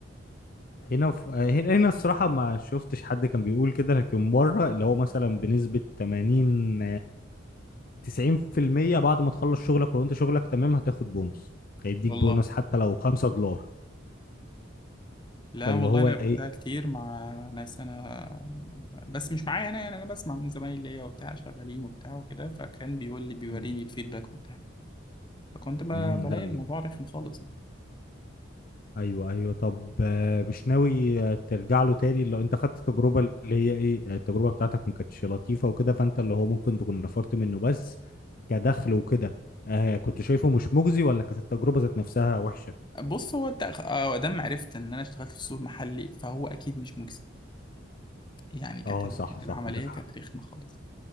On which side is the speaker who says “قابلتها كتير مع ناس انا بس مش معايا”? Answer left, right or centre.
Left